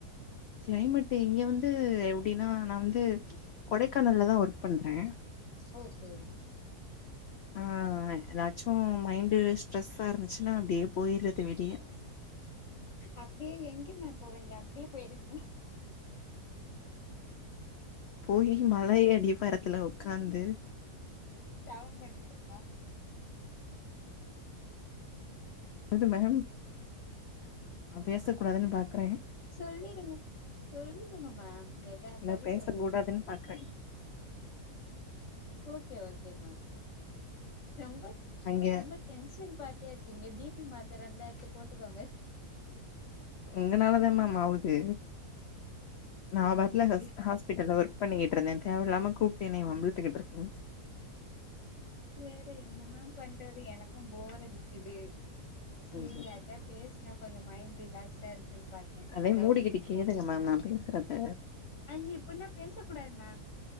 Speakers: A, on the left; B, on the left.
A: கிளைமேட்டு் இங்கே வந்து எப்டின்னா நா வந்து கொடைக்கானல்லதா ஒர்க் பண்றே
B: ஓகே ஓகே
A: ஆ எதாச்சு மைண்டு ஸ்ட்ரெஸ்ஸா இருந்துச்சுன்னா அப்டியே போய்றது வெளியே
B: அப்டியே எங்கே மேம் போவெங்க அப்டியே போயிருவீங்ளா
A: போயி மலையடிவாரத்துல உக்காந்து
B: தவம் பண்ணுவிங்ளா
A: இது மேம் நா பேச கூடாதுன்னு பாக்குறே
B: சொல்லிடுங்க சொல்லிடுங்க மேம் எதா இருந்தாலு
A: இல்ல பேச
B: சொல்லிடுங்க
A: கூடாதுன்னு பாக்குறே
B: ஓகே ஓகே மேம் ரொம்ப
A: அங்க
B: ரொம்ப டென்ஷன் பார்ட்டியா இருக்கீங்க பி பி மாத்தர இருந்தா எத்து போட்டுக்கோங்க
A: உங்கனாலதா மேம் ஆவுது
B: சேரி
A: நா பாட்ல ஹஸ்
B: சேரி
A: ஹாஸ் பிட்டல்ல ஒர்க் பண்ணிக்கிட்டுருந்தே தேவயில்லாம கூப்ட்டு என்னைய வம்புழுத்துட்டு இருக்கீங்க
B: வேற என்ன மேம் பண்றது எனக்கு போர் அடிக்குது செரி
A: ம்
B: யார்ட்டயா பேச னா கொஞ்சொ மைண்ட் ரிலாக்ஸா இருக்குன் பாத்தே
A: அதே
B: அதா
A: மூடிக்கிட்டு
B: உங்களுக்கு ஃபோன்
A: கேளுங்க
B: பண்ண
A: மேம் நா பேசுறத
B: அய் இப்டின்னா பேச கூடாது மேம்